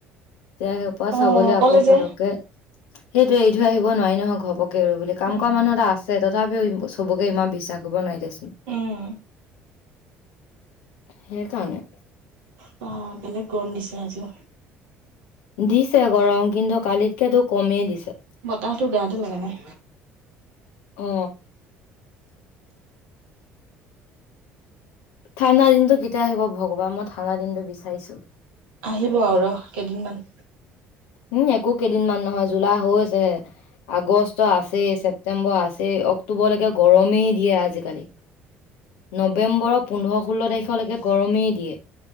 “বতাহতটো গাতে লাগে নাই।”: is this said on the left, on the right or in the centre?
Right